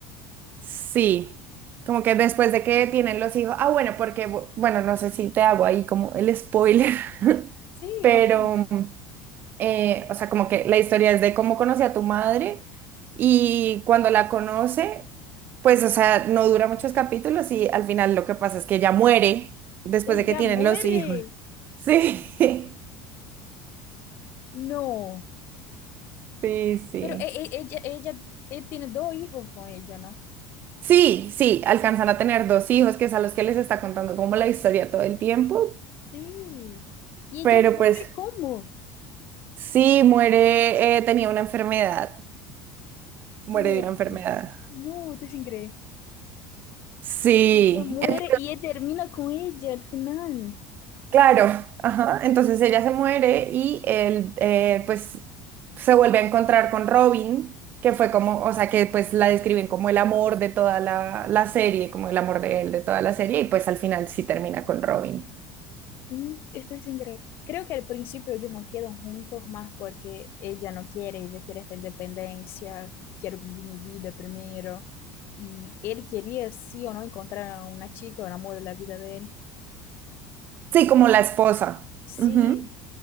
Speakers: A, on the right; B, on the left.
A: Sí, como que después de que tienen los hijos, ah, bueno, porque, bu- bueno, no sé si te hago ahí como el spoiler, <laughs>
B: Sí,
A: pero,
B: contame.
A: eh, o sea, como que la historia es de cómo conocí a tu madre y cuando la conoce, pues, o sea, no dura muchos capítulos y al final lo que pasa es que ella muere después
B: Ella
A: de que tienen
B: muere.
A: los hijos. Sí, <laughs>
B: No.
A: sí, sí.
B: Pero e- e- ella, ella, él tiene dos hijos con ella, ¿no?
A: Sí, sí, alcanzan a tener dos hijos, que es a los que les está contando como la historia todo el tiempo,
B: Sí. Y ella
A: pero
B: muere
A: pues...
B: ¿cómo?
A: Sí, muere, eh, tenía una enfermedad, muere
B: No.
A: de una enfermedad.
B: No, estoy sin creer.
A: Sí,
B: Ella muere
A: en-
B: y él termina con ella al final.
A: claro, ajá. Entonces ella se muere y él eh, pues se vuelve a encontrar con Robin, que fue como, o sea, que pues la describen como el amor de toda la, la serie, como el amor de él de toda la serie, y pues al final sí termina con Robin.
B: Mm, Estoy sin creer. Creo que al principio ellos no quedan juntos más porque ella no quiere, ella quiere esta independencia, quiero vivir mi vida primero. Y él quería, sí o no, encontrar a una chica, un amor de la vida de él.
A: Sí, como la esposa.
B: Sí,
A: Ujú.